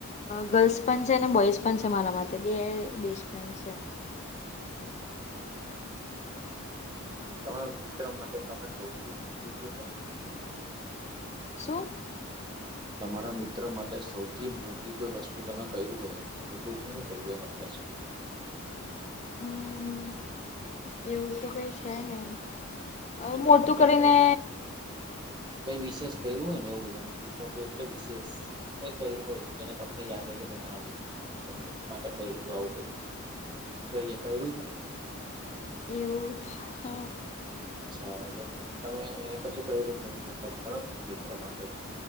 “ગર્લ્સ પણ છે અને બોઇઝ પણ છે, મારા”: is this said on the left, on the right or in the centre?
Left